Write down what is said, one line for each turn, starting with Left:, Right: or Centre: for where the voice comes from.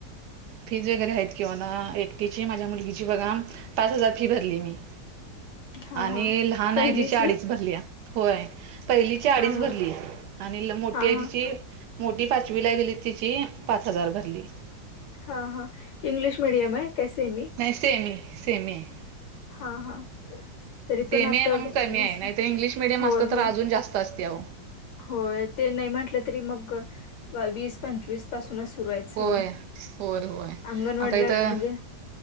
Right: फीज वगैरे आहेत किंवा ना एकटीची माझ्या मुलगीची बघा पाच हजार फी भरली मी
Left: हा
Right: आणि
Left: हा
Right: लहान
Left: पहिलीची
Right: आहे तिच्या अडीच भरली होय पहिली अडीच
Left: हा हा
Right: भरली आणि मो
Left: हा हा
Right: त मोठी पाचवी ला दिली तिची पाच हजार भरली
Left: हा हा इंग्लिश मीडिम है कैसे मी
Right: नाही सेमी सेमी आहे
Left: हा हा तरी
Right: तेमय
Left: पण आता
Right: म्हणून कमी
Left: मस्त
Right: आहे नाहीतर इंग्लिश मिीडियम
Left: होय
Right: असत
Left: होय
Right: तर अजून जास्त असते अ
Left: होय ते नाही म्हटलं तरी मग वीस पंचवीस पासूनच सुरू आहेत सगळं
Right: होय होय होय
Left: अंगणवाडीला
Right: आता इथं
Left: म्हणजे